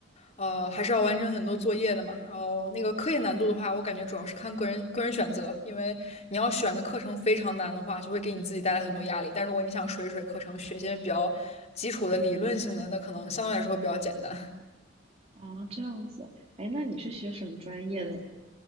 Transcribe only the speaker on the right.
啊，这样子。哎，那你是学什么专业的呀？